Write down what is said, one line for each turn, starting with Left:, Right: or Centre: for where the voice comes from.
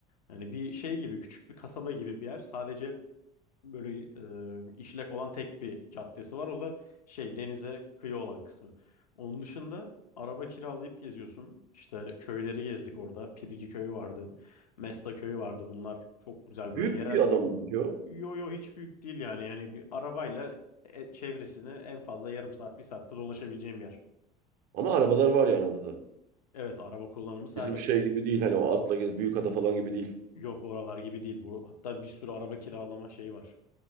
Left: yani bir şey gibi küçük bir kasaba gibi bir yer. Sadece böyle e, işlek olan tek bir caddesi var. O da şey denize kıyı olan kısmı. Onun dışında araba kiralayıp geziyorsun. İşte köyleri gezdik orada. Pirigi köyü vardı. Mesta köyü vardı. Bunlar çok güzel
Right: Büyük
Left: böyle yerel.
Right: bir adam diyor.
Left: Yo yo hiç büyük değil yani. Yani bir arabayla e, çevresini en fazla yarım saat bir saatte dolaşabileceğim bir yer.
Right: Ama arabalar var yani adada.
Left: Evet araba kullanımı serbest.
Right: Bizim şey gibi değil hani o atla gez büyük ada falan gibi değil.
Left: Yok oralar gibi değil bu. Hatta bir sürü araba kiralama şeyi var.